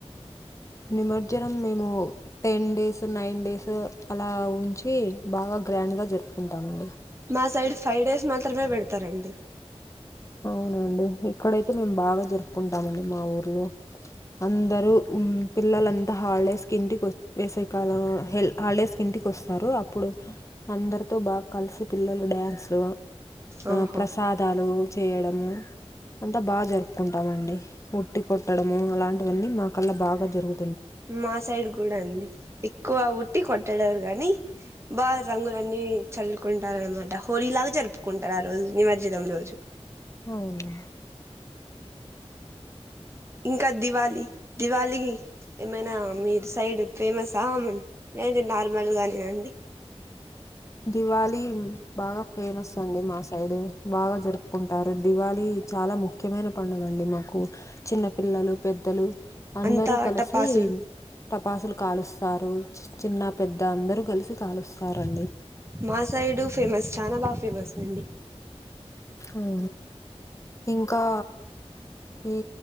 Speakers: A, on the left; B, on the right.
A: నిమజ్జనం మేము. టెన్ డేస్ నైన్ డేస్ అలా ఉంచి బాగా గ్రాండ్ గా. ఉంటమండి.
B: మా సైడ్ ఫైవ్ డేస్ మాత్రమే పెడతారండి.
A: అవునండి ఇక్కడైతే మేము బాగా జరుపుకుంటామండి మా ఊర్లో. అందరూ మ్ పిల్లల. అ హాలిడేస్ కి ఇంటికి వేసేకాలం హాలిడేస్ కి ఇంటికి వస్తారు అప్పుడు అందరితో బాగా కలిసి పిల్లలు డ్యాన్స్లు ఆ
B: ఓహో
A: ప్రసాదాలు చేయడము అంతా బాగా జరుపుకుంటామండి ఉట్టి కొట్టడము అలాంటివన్నీ మాకల్ల బాగా జరుగుత
B: మా సైడ్ కూడా అండి ఎక్కువ ఉట్టి కొట్టడారు కా గాని బాగా రంగులన్ని చల్లుకుంటారు అనమాట హోలీ లాగా జరుపుకుంటారు ఆ రోజు నిమజ్జనం రోజు
A: అవును
B: ఇంకా దివాళి దివాళికి ఏమైనా మీ సైడ్ ఫేమస్స నేనైతె నార్మల్ గానేనండి
A: దివాలి బాగా ఫేమస్ అండి మా సైడ్ బాగా జరుపుకుంటారు దివాళి చాలా ముఖ్యమైన పండుగ అండి మాకు చిన్న పిల్లలు పెద్దలు అందరూ
B: అంతా
A: కలిసి
B: టపాసులు
A: తపాసులు కాలుస్తారు చిన్న పెద్ద అందరు కలిసి కలుస్తారండి
B: మా సైడు ఫేమస్ చాలా బాగ ఫేమస్ అండి
A: అవు ఇంకా ఈ